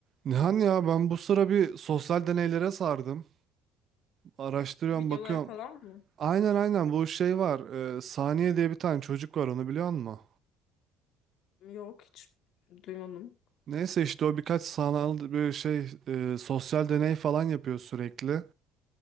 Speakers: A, on the right; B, on the left.
A: Nihan ya ben bu sıra bir sosyal deneylere sardım. Araştırıyorum
B: Bu videoları
A: bakıyorum.
B: falan mı?
A: Aynen aynen bu şey var. Ee, Saniye diye bir tane çocuk var onu biliyor musun?
B: Yok hiç duymadım.
A: Neyse işte o birkaç sanal bir şey e, sosyal deney falan yapıyor sürekli.